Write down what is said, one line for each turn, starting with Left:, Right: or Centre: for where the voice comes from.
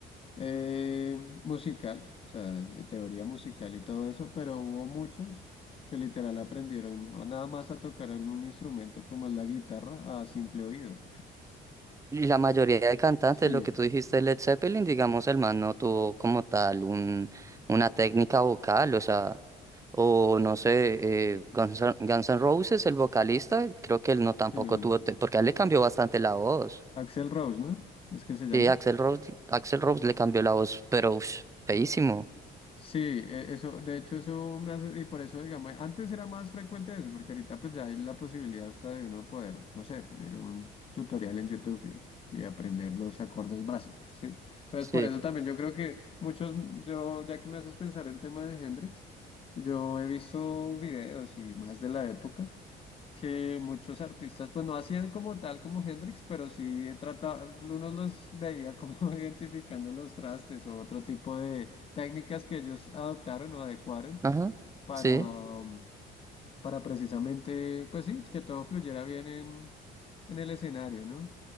Left: eh, musical, o sea, eh, teoría musical y todo eso, pero hubo muchos que literal aprendieron a nada más a tocar un instrumento como es la guitarra a simple oído.
Right: Y la mayoría de cantantes,
Left: Sí,
Right: lo que tú dijiste, Led Zeppelin, digamos, el man no tuvo como tal un, una técnica vocal, o sea, o no sé, eh, Guns, N- Guns N' Roses, el vocalista, creo que él no tampoco
Left: sí, el
Right: tuvo, te- porque a él le cambió bastante la voz.
Left: Axel Rose, ¿no? Es que se llama.
Right: Sí, Axel Rose, Axl Rose le cambió la voz, pero ush, feísimo.
Left: Sí, e- eso, de hecho eso me hace, y por eso digamos, antes era más frecuente eso, porque ahorita pues ya hay la posibilidad hasta de uno poder, no sé, poner un tutorial en YouTube y, y aprender los acordes básicos, ¿sí? Entonces
Right: Sí.
Left: por eso también yo creo que muchos, yo, ya que me haces pensar el tema de Hendrix, yo he visto videos y más de la época, que muchos artistas, pues no hacían como tal como Hendrix, pero sí trataba, uno los veía como <laughs> identificando los trastes o otro tipo de técnicas que ellos adoptaron o adecuaron
Right: Ajá.
Left: para,
Right: Sí.
Left: um, para precisamente, pues sí, que todo fluyera bien en, en el escenario, ¿no?